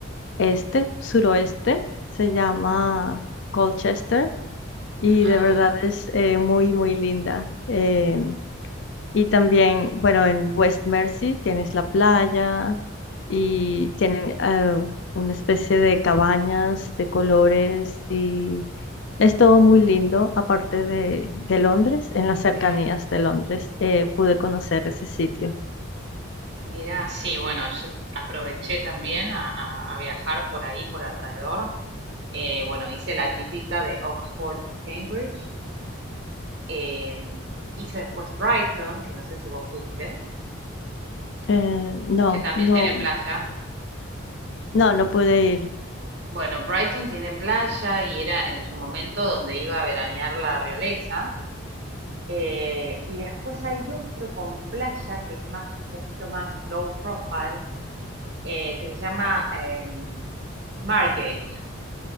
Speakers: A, on the left (about 60°); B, on the right (about 55°).
A: este, suroeste, se llama Colchester y de
B: Ah,
A: verdad es eh, muy, muy linda. Eh, y también, bueno, en West Mersey tienes la playa y tienen eh, una especie de cabañas de colores y es todo muy lindo, aparte de, de Londres, en las cercanías
B: mm,
A: de Londres, eh, pude conocer ese sitio.
B: mira, sí, bueno, yo aproveché también a, a- a viajar por ahí, por alrededor. Eh, bueno, hice la típica de Oxford y Cambridge. Em, hice después Brighton, que no sé si vos fuiste,
A: Eh, no,
B: que también
A: no,
B: tiene playa.
A: no, no pude ir.
B: Bueno, Brighton tiene playa y era en su momento donde iba a veranear la realeza. Eh, y después hay otro con playa que es más un poquito más low profile, eh, que se llama eh, Margate.